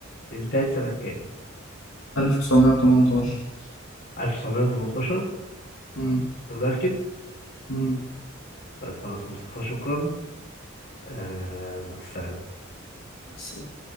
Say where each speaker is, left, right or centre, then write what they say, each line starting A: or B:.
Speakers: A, on the left (about 55°); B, on the left (about 75°).
A: انتهت سنة كام
B: 1918
A: 1918
B: امم
A: أنت متأكد
B: امم
A: طيب خلاص يا مصطفى شكرا آه مع السلامة
B: بس